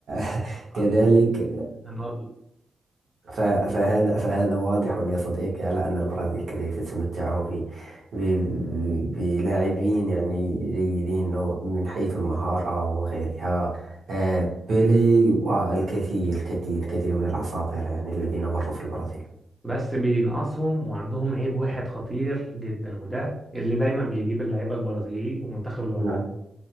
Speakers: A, on the right; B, in the centre.
A: <laughs>
B: آه،
A: كذلك
B: آه،
A: ف- فهذا فهذا واضح يا صديقي على أن البرازيل كذلك تتمتع ب- ب- بلاعبين يعني جيدين لو- من حيث المهارة وغيرها آه، بيلي والكثير الكثير الكثير من الأساطير يعني الذين
B: آه.
A: مروا
B: <laughs>
A: في البرازيل
B: بس بينقصهم وعندهم عيب واحد خطير جدا وده اللي دايما بيجيب اللعيبه البرازيليين ومنتخب البرازيل
A: نعم